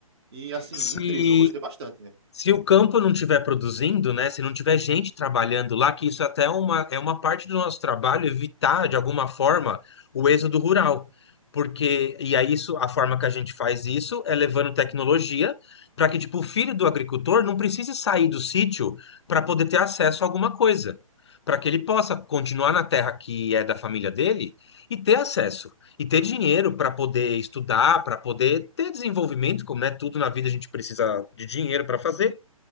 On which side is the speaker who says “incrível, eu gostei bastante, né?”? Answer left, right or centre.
Right